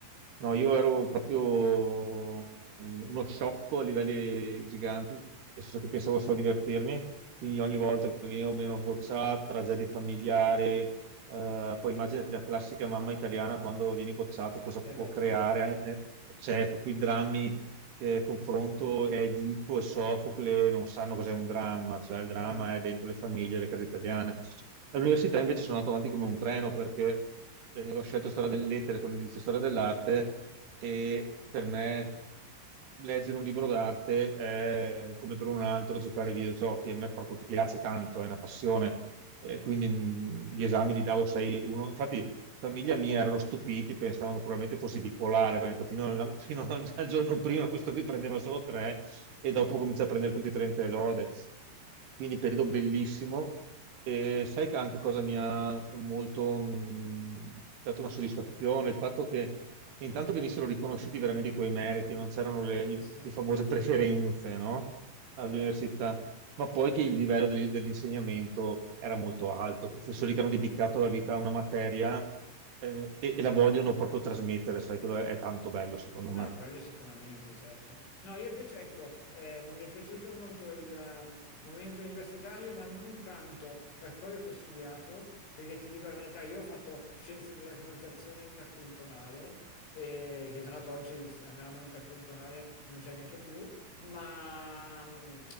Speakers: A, on the right (about 65°); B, on the left (about 75°).
A: No, io ero proprio uno sciocco a livelli giganti, nel senso che pensavo solo a divertirmi, quindi ogni volta che venivo, venivo bocciato, tragedie familiari, eh, poi immaginati la classica mamma italiana quando vieni bocciato, cosa
B: Eh
A: può
B: beh,
A: creare,
B: certo,
A: eh, cioè proprio i drammi che confronto è Edipo e Sofocle non sanno cos'è un dramma, cioè il dramma
B: chiaro.
A: è dentro le famiglie, le case italiane. All'università invece sono andato avanti come un treno perché eh, ho scelto storia delle lettere con indirizzo storia dell'arte e per me leggere un libro d'arte è come per un altro giocare ai videogiochi, a me proprio piace tanto, è una passione e quindi mh, gli esami li davo 6, 1. Infatti, famiglia mia erano stupiti, pensavano probabilmente fossi bipolare, perché ho detto, fino, alla- <laughs> fino al al giorno prima questo qui prendeva solo 3 e dopo comincia a prendere tutti i 30 e lode. Quindi periodo bellissimo. E sai che anche cosa mi ha molto mh, dato una soddisfazione? Il fatto che intanto venissero riconosciuti veramente i tuoi meriti, non c'erano le,
B: Sì, sì.
A: le famose preferenze, no? All'università ma poi che il livello del- dell'insegnamento era molto alto, professori che hanno dedicato la vita a una materia eh, e, e la vogliono proprio trasmettere, sai, quello è, è tanto bello secondo
B: No,
A: me.
B: quello sicuramente, certo. No, io invece ecco, eh, mi è piaciuto molto il eh, momento universitario, ma non tanto per quello che ho studiato, perché ti dico la verità, io ho fatto scienze della comunicazione interculturale, e che tra l'altro oggi il ramo interculturale non c'è neanche più, ma mm,